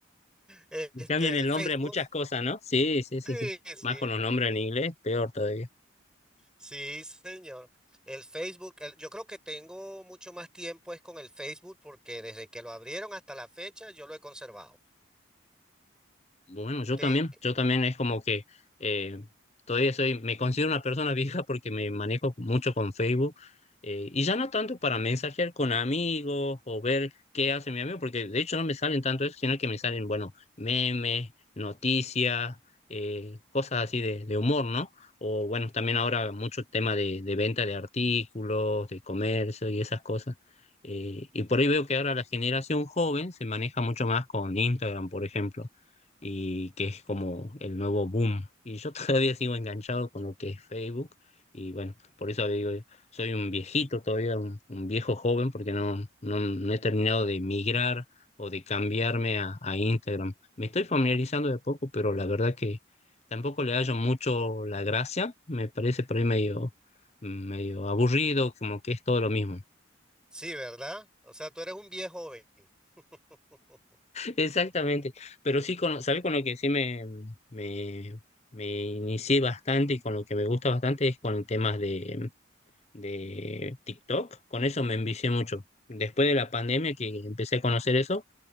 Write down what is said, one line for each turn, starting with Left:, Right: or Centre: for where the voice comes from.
Centre: Eh, Este,
Left: Cambian el
Centre: el Facebook.
Left: nombre a muchas cosas, ¿no? Sí, sí, sí,
Centre: Sí,
Left: sí.
Centre: sí.
Left: Más con los nombres en inglés, peor todavía.
Centre: Sí, señor. El Facebook, el- yo creo que tengo mucho más tiempo es con el Facebook porque desde que lo abrieron hasta la fecha yo lo he conservado.
Left: Bueno, yo
Centre: Te-
Left: también, yo también es como que eh, todavía soy, me considero una persona <laughs> vieja porque me manejo mucho con Facebook eh, y ya no tanto para mensajear con amigos o ver qué hace mi amigo, porque de hecho no me salen tanto eso, sino que me salen, bueno, memes, noticias, eh, cosas así de, de humor, ¿no? O bueno, también ahora mucho tema de, de venta de artículos, de comercio y esas cosas. Eh, y por ahí veo que ahora la generación joven se maneja mucho más con Instagram, por ejemplo y que es como el nuevo boom. Y yo <laughs> todavía sigo enganchado con lo que es Facebook y bueno, por eso digo, soy un viejito todavía, un, un viejo joven porque no, no, no he terminado de migrar o de cambiarme a, a Instagram. Me estoy familiarizando de a poco, pero la verdad que tampoco le hallo mucho la gracia, me parece por ahí medio, medio aburrido, como que es todo lo mismo.
Centre: sí, ¿verdad? O sea, tú eres un viejo joven. <laughs>
Left: Exactamente, pero sí, con, ¿sabes con lo que sí me, me, me inicié bastante y con lo que me gusta bastante es con temas de, de TikTok? Con eso me envicié mucho. Después de la pandemia que empecé a conocer eso,